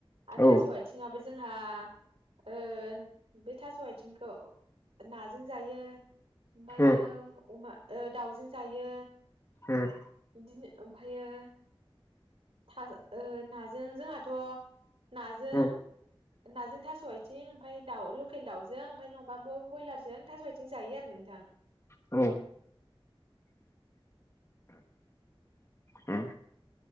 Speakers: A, on the right; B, on the left.
A: आरो
B: औ
A: थास' आइथिंआबो जोंहा ओ बे थास' आयथिंखौ नाजों जायो। मबायो
B: उम
A: अमा। ओ दाउजों जायो।
B: होम।
A: बिदिनो ओमफायो था ओ नाजों जोंहाथ' नाजों
B: उम
A: नाजों थास' आयथ आथिं ओमफाय दाउ लकेल दाावजों ओमफाय नङाबो ब-बयलारजों थास' आथिं जायो आरो नोंथां।
B: औ। उम।